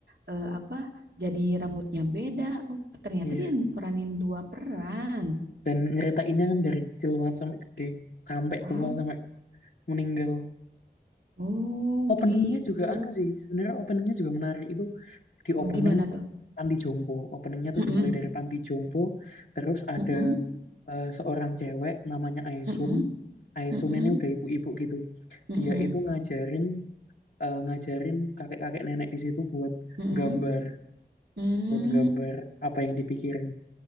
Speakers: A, on the right; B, on the left.
A: eh, apa? Jadi rambutnya beda. Oh, ternyata
B: iya
A: dia meranin dua peran.
B: dan nyeritainnya kan dari kecil banget sampai gede sampai
A: Oh,
B: tua sampai meninggal
A: oh
B: openingnya
A: gitu.
B: juga anu sih sebenarnya openingnya juga menarik itu di
A: bagaimana
B: opening itu
A: tuh?
B: Panti Jompo openingnya tuh
A: Heeh,
B: dimulai dari Panti Jompo terus ada
A: heeh,
B: eh, seorang cewek namanya Aisun
A: heeh,
B: Aisun
A: heeh,
B: ini udah ibu-ibu gitu
A: heeh.
B: dia itu ngajarin eh, ngajarin kakek-kakek nenek di situ buat
A: Mm-mm.
B: gambar
A: Mm.
B: buat gambar apa yang dipikirin